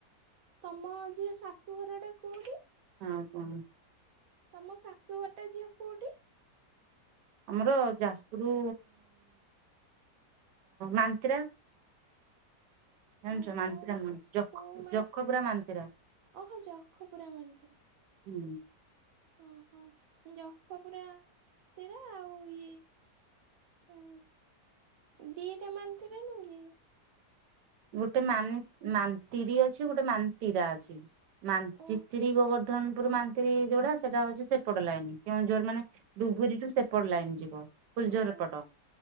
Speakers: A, on the right; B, on the right.
A: ତମ ଝିଅ ଶାଶୁଘରଟା କୋଉଠି?
B: ହଁ, କଣ?
A: ତମ ଶାଶୁ ଘରଟା ଝିଅ କୋଉଠି?
B: ଆମର ଯାଜପୁର ମାନ୍ତ୍ରା। ଜାଣିଛ
A: ଅ
B: ମାନ୍ତ୍ରା
A: କୋଉ ମା କୋଉ ମା
B: ଯଖପୁରା ମାନ୍ତ୍ରା।
A: ଓହୋ ଜଖପୁରା ମନ୍ଦିର
B: ହୁଁ।
A: ଓହୋ ଯଖପୁରା ମାନ୍ତ୍ରା ଆଉ ଇଏ? ହୁଁ, ଦିଟା ମାନ୍ତ୍ରା ନୁହେଁ କି?
B: ଗୋଟେ ମାନ ମାନ୍ତିରି ଅଛି ଗୋଟେ ମାନ୍ତିରା ଅଛି ମାନଚିତ୍
A: ଓ
B: ଶ୍ରୀ ଗୋବର୍ଦ୍ଧନପୁର ମାନ୍ତିରୀ ଯୋଉଟା ସେଟା ହଉଛି ସେପଟ ଲାଇନ କେଉଁଝର ମାନେ ଡୁଗରିୀ ଠୁ ସେପଟ ଲାଇନ୍ ଯିବ। କୁଲଝର
A: ଓ
B: ଏପଟ